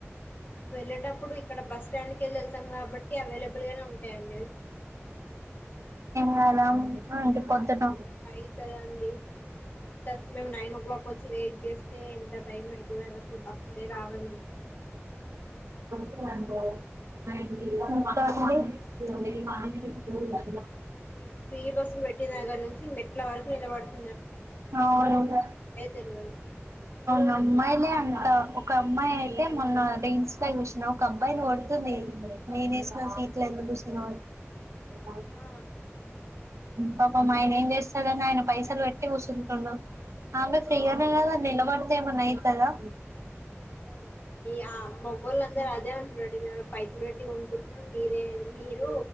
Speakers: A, on the left (about 40°); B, on the right (about 85°).
A: వెళ్ళేటప్పుడు ఇక్కడ బస్ స్టాండ్ కెళ్ళి వెళ్తాం కాబట్టి అవైలబుల్ గానే ఉంటాయంండి
B: చాల అంటడి పొద్దుట
A: ఏయి అందండి ఎంత మేము నైన్ ఓ క్లాక్ వచ్చి వెయిట్ చేస్తే ఎంత టైం అవుతుందండి అసలు బస్సులే రావండి
B: రాల
A: అవునండి
B: మ్మ్ మా
A: ఈ ఫ్రీ బస్సు పెట్టి దగ్గర నుంచి మెట్ల వరకు నిలబడుతంది
B: అవునువు
A: తెల్వదు
B: నమ్మాలే అంతా ఒక అమ్మాయి అయితే మొన్న రేంస్ కూర్చిన ఒక అబ్బాయిని కొడుతుంది నేను వేసుకు సీట్లు ఎందు కూర్చున్నా ర
A: ఆ
B: పాపం ఆయన ఏం చేస్తాదని ఆయన పైస సలు వెట్టటి కుసుంటన్నాం ఆమె ఫ్రీగానే
A: ఆ అవునండి
B: కదా నిలబడితే ఏమన్నా అయితుందా
A: అదే ఈ ఆ మగోళ్ళందరూ అదే అంటురండి మేము పైసలు పెట్టి కొనుకుంటున్నాం మీరే మీరు